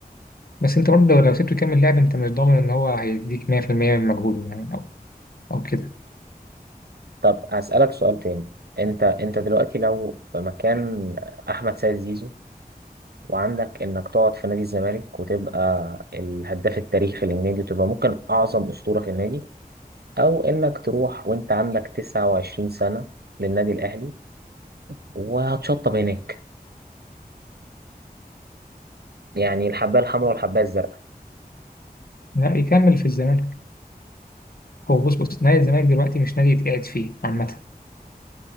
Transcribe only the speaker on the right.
طب هسألك سؤال تاني انت انت دلوقتي لو في مكان احمد سيد زيزو وعندك انك تقعد في نادي الزمالك وتبقى الهداف التاريخي للنادي وتبقى ممكن اعظم اسطورة في النادي او انك تروح وانت عندك 29 سنة للنادي الاهلي وهتشطب هناك يعني الحباية الحمراء والحباية الزرقاء